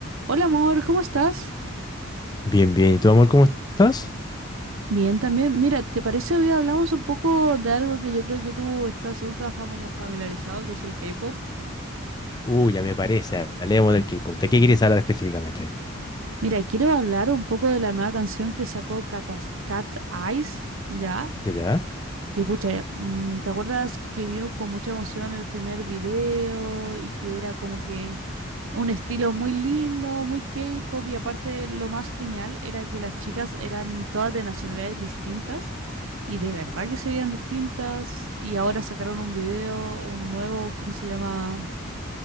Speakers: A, on the right; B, on the left.
A: Hola amor, ¿cómo estás?
B: Bien, bien. ¿Y tú, amor, cómo estás?
A: Bien, también. Mira, ¿te parece hoy hablamos un poco de algo que yo creo que tú estás ultra famili- familiarizado, que es el K-pop?
B: Uh, ya me parece. Hablemos del K-pop. ¿De qué quieres hablar específicamente?
A: Mira, quiero hablar un poco de la nueva canción que sacó Katas- Cat Eyes, ¿ya?
B: ¿Ya, ya?
A: Que pucha, mm, ¿te acuerdas que vimos con mucha emoción el primer video y que era como que Un estilo muy lindo, muy K-pop y aparte lo más genial era que las chicas eran todas de nacionalidades distintas y de verdad que se veían distintas y ahora sacaron un video, un nuevo, ¿cómo se llama?